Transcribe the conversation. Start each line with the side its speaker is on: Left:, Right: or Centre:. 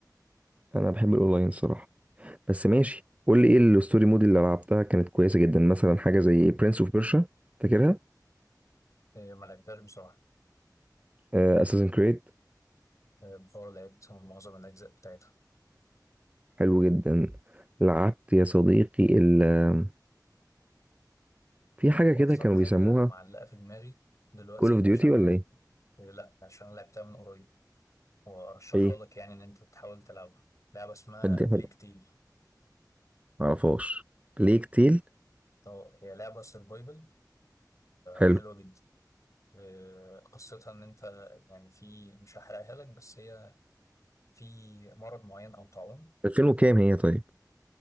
Right: انا بحب الاونلاين الصراحه بس ماشي قول لي ايه الستوري مود اللي لعبتها كانت كويسه جدا مثلا حاجه زي برنس اوف بيرشا فاكرها
Left: إيه، <laughs> ما لعبتهاش بصراحة
Right: اساسن كريد
Left: إيه، بفور لعبت معظم الأجزاء بتاعتها
Right: حلو جدا لعبت يا صديقي ال آه، في حاجه
Left: وأكثر
Right: كده كانوا
Left: حاجة
Right: بيسموها
Left: معلقة في دماغي دلوقتي
Right: كول اوف ديوتي
Left: عشان أنا
Right: ولا ايه
Left: إيه، لا عشان أنا لعبتها من قريب وأرشحها
Right: ايه
Left: لك يعني إن أنت تحاول تلعبها لعبة اسمها
Right: حد
Left: بليك
Right: حد
Left: تيل
Right: معرفهاش ليك تيل
Left: اه هي لعبة سرفايفل
Right: حلو
Left: حلوة جدا آه، قصتها ان انت يعني في مش هحرقها لك بس هي في مرض معين او طاعون
Right: 2000 وكام هي طيب